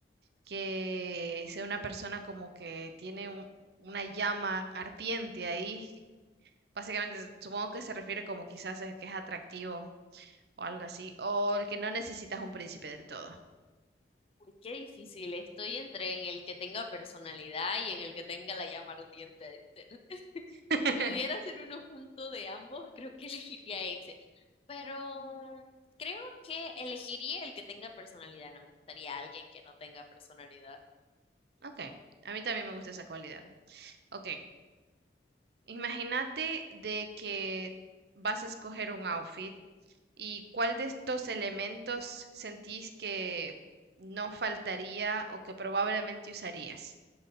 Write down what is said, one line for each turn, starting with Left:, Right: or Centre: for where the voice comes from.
Right: que sea una persona como que tiene un- una llama ardiente ahí. Básicamente, supongo que se refiere como quizás es que es atractivo o algo así, o el que no necesitas un príncipe del todo.
Left: Uy, qué difícil. Estoy entre en el que tenga personalidad y en el que tenga la llama ardiente. <laughs>
Right: <laughs>
Left: Si pudiera hacer uno junto de ambos, creo que <laughs> elegiría ese. Pero creo que elegiría el que tenga personalidad. No me gustaría alguien que no tenga personalidad.
Right: Ok, a mí también me gusta esa cualidad. Ok. Imagínate de que vas a escoger un outfit y cuál de estos elementos sentís que no faltaría o que probablemente usarías